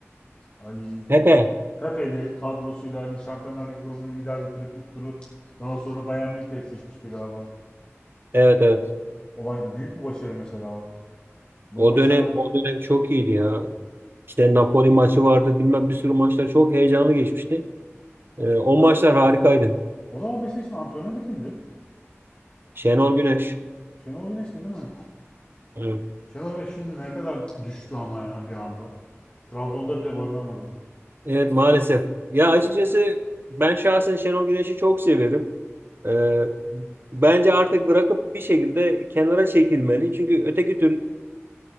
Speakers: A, on the left; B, on the right.
A: Ay
B: Pepe.
A: Pepeli kadrosuyla hani Şampiyonlar Ligi grubunu lider bitirip ilk turu daha sonra Bayern Münih'le eşleşmişti galiba.
B: Evet evet.
A: O büyük bir başarı mesela o. Bunu
B: O
A: başaran
B: dönem o dönem çok iyiydi ya. İşte Napoli maçı vardı bilmem bir sürü maçlar çok heyecanlı geçmişti. Ee, o maçlar harikaydı.
A: o zaman Beşiktaş'ın antrenörü kimdi?
B: Şenol Güneş.
A: Şenol Güneş'ti değil mi?
B: Evet.
A: Şenol Güneş şimdi ne kadar düştü ama ya bir anda. Trabzon'da bile barınamadı.
B: Evet maalesef. Ya açıkçası ben şahsen Şenol Güneş'i çok severim. Ee, bence artık bırakıp bir şekilde kenara çekilmeli. Çünkü öteki türlü